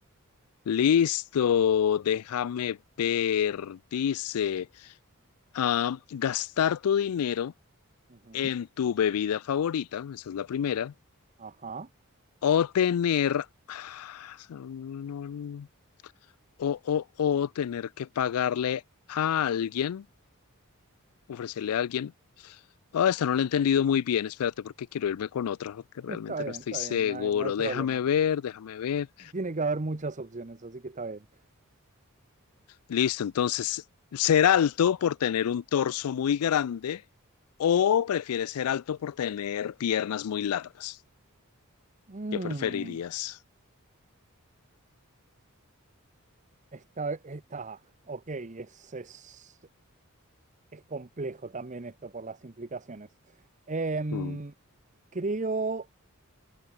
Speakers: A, on the left; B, on the right.
A: Listo, déjame ver. Dice, ah, gastar tu dinero
B: Ujú.
A: en tu bebida favorita, esa es la primera,
B: Ajá.
A: o tener, ah, no, no, no, o, o, o tener que pagarle a alguien, ofrecerle a alguien Ah, esta no la he entendido muy bien. Espérate, porque quiero irme con otra, porque realmente
B: Está bien,
A: no estoy
B: está
A: seguro.
B: bien, no hay, no hay problema.
A: Déjame ver, déjame ver.
B: Tiene que haber muchas opciones, así que está bien.
A: Listo, entonces, ¿ser alto por tener un torso muy grande o prefieres ser alto por tener piernas muy largas?
B: Mm,
A: ¿Qué preferirías?
B: está, está, ok, es, es, es complejo también esto por las implicaciones. Em,
A: Mm,
B: creo,